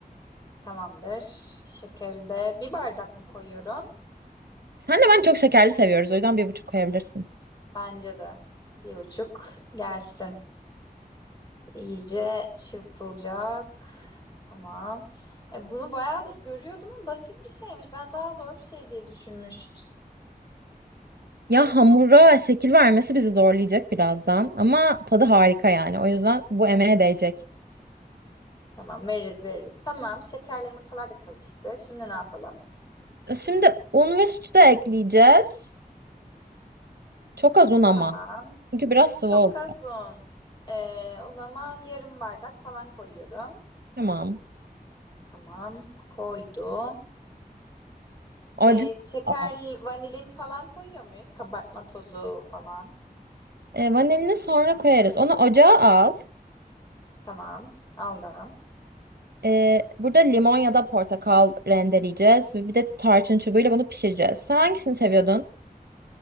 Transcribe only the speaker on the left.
Tamamdır. Şekeri de bir bardak mı koyuyorum?
Bence de bir buçuk gelsin. İyice çırpılacak. Tamam. E, bunu bayağıdır görüyordum ama basit bir şeymiş. Ben daha zor bir şey diye düşünmüştüm.
Tamam, veririz veririz. Tamam, şekerle yumurtalar da karıştı. Şimdi ne yapalım?
Tamam.
Çok
az un. Ee, o zaman yarım bardak falan koyuyorum.
Tamam, koydum.
Ee, şeker,
vanilin falan koyuyor muyuz? Kabartma tozu falan.
Tamam, aldım.